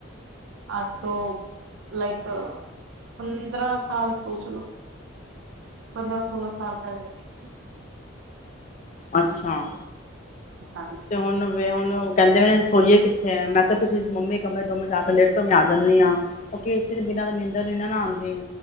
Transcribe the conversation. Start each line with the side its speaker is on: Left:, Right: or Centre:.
Right: ਅੱਜ ਤੋਂ ਲਾਈਕ, ਪੰਦਰਾਂ ਸਾਲ ਸੋਚ ਲੋ। ਪੰਦਰਾਂ ਸੋਲਾਂ ਸਾਲ ਤ ਰੱਖੀ ਸੀ।
Left: ਅੱਛਾ।
Right: ਹਾਂਜੀ
Left: ਤੇ ਹੁਣ ਵੇ ਹੁਣ ਕੈਂਦੇ ਪਏ ਸੋਈਏ ਕਿੱਥੇ ਹੈ ਮੈਂ ਕੇਆ ਤੁਸੀਂ ਮੰਮੀ ਕਮਰੇ ਦੋਮੇ ਜਾ ਕੇ ਲੇਟੋ, ਮੈਂ ਆ ਜਾਂਣੀ ਆਂ। ਓ ਕੇਸੀ ਦੇ ਬਿਨਾਂ ਨਿੰਦਰ ਨੀ ਨਾ ਆਂਦੀ।